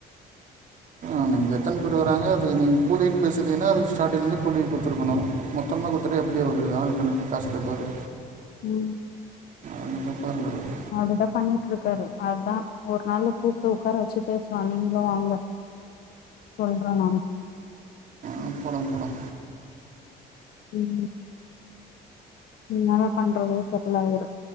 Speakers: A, on the right; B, on the left.
A: ஆமாங் நீங்க எத்தன் பேர் வராங்க அது நீங்க கூலின் பேசிந்தீங்கன்னா அது ஸ்டார்டிங்ளே கூலி குடுத்துருக்கணு மொத்தமா குத்துட்டு அப்டியே ஒரு ஆளு கணக் காஸ் கேப்பாரு
B: ம்
A: அது தப்பா இருக்குறது
B: அதுதா பண்ணிட்ருக்காரு அதா ஒரு நாள்ல கூப்ட்டு உக்கார வச்சு பேசலா நீங்ளும் வாங்க சொல்ற நானு
A: ஆ போலாம் போலாம்
B: ம் ம் இன்னாங்க பண்றது செட்லாயிரு